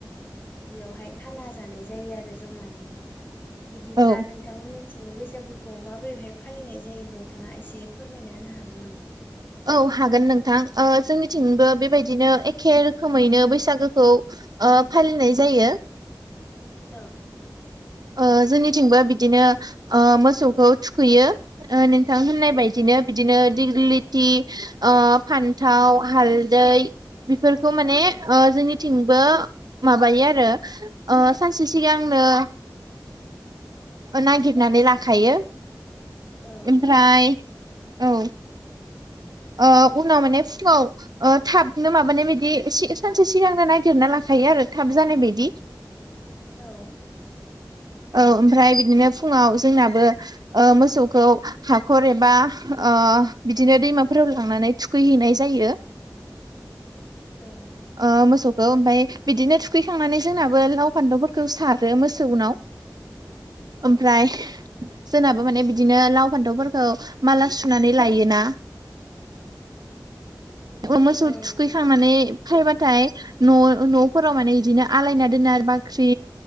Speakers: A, on the left; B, on the right.
A: बेयावहाय खाना जानाय जायो आरो जमायैनो बिदिब्ला
B: औ
A: नोंथांमोननि थिं बैसागुखौ माबोरैहाय फालिनाय जायो नोंथाङा एसे फोरमायना होनो हागोन नामा?
B: औ हागोन नोंथां ओ जोंनिथिंबो बेबायदिनो एखे रोखोमैनो बैसागोखौ ओ फालिनाय जायो।
A: <inaudible> औ।
B: ओ जोंनिथिंबो बिदिनो ओ मोसौखौ थुखैयो। ओ नोंथां होननाय
A: औ
B: बायदिनो बिदिनो दिग्लिलि थि फान्थाव हालदै बेफोरखौ माने ओ जोंनिथिंबो माबायो आरो ओ सानसे सिगांनो <unintelligible> नागिरनानै लाखायो
A: औ
B: ओमफ्राय
A: नोंथां
B: औ। ओ उनाव माने फुङाव ओ थाब नो माबानाय बिदि सानसे सिगांनो नागिरना लाखायो आरो। थाब जानाय बादि
A: औ नोंथां औ नंगौ
B: औ ओमफ्राय बिदिनो फुङाव आव जोंनाबो ओ मोसौखौ हाखर एबा ओ बिदिनो दैमाफोराव ला लांनानै थुखैहैनाय जायो।
A: <inaudible> औ
B: ओ मोसौ सौ ओमफ्राय बिदिनो थुखैखांनानै जोंनाबो लाव फान्थावफोरखौ सारो मोसौनाव।
A: औ
B: ओमफ्राय जोना बिदिनो लाव फान्थावफोरखौ माला सुनानै लायोना।
A: <inaudible>
B: मोसौ
A: औ
B: थुखैखांनानै
A: नंगौ
B: खायोबाथाय न' न'फोराव माने बिदिनो आलायना दोना बाख्रि